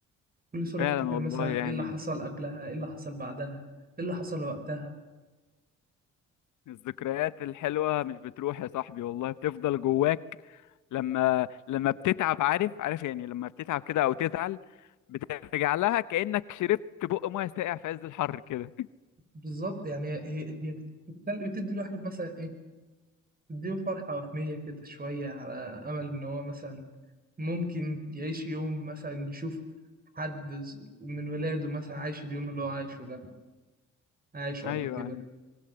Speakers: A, on the right (about 30°); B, on the left (about 75°).
A: كل صورة
B: فعلا
A: أفتكر
B: والله
A: مثلا
B: يعني
A: إيه اللي حصل قبلها إيه اللي حصل بعدها إيه اللي حصل وقتها
B: الذكريات الحلوه مش بتروح يا صاحبي والله بتفضل جواك لما لما بتتعب عارف عارف يعني لما بتتعب كده او تزعل بترجع لها كانك شربت بق ميه ساقع في عز الحر كده
A: بالظبط يعني هي هي بت- بتدي الواحد مثلا إيه بتديله فرحة وهمية كده شوية على أمل إن هو مثلا ممكن يعيش يوم مثلا يشوف حد من ولاده مثلا عايش اليوم اللي هو عايشه ده عايشه
B: <laughs>
A: قبل
B: ايوه
A: كده